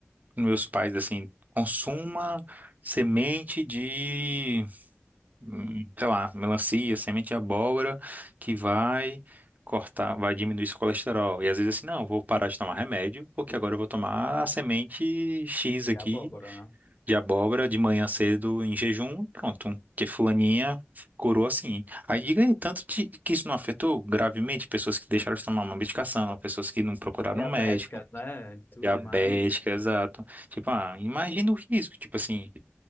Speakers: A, on the right; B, on the left.
A: meus pais assim, consuma semente de, hum, sei lá, melancia, semente de abóbora que vai cortar, vai diminuir seu colesterol. E às vezes assim, não, vou parar de tomar remédio, porque agora eu vou tomar a semente X aqui
B: e abóbora, né?
A: de abóbora de manhã cedo em jejum, pronto. Porque fulaninha curou assim. Aí diga aí, tanto de- que isso não afetou gravemente pessoas que deixaram de tomar uma medicação, pessoas que não procuraram
B: Diabéticas,
A: um médico.
B: né? Tudo
A: Diabética,
B: mais.
A: exato. Tipo, ah, imagina o risco, tipo assim,